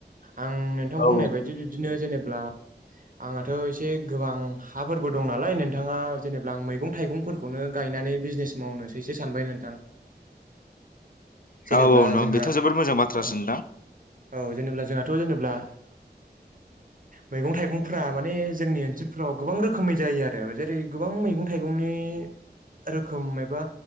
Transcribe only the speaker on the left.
औ
औ
औ नोंथां
बेथ' जोबोद मोजां बाथ्रासो
नोंथां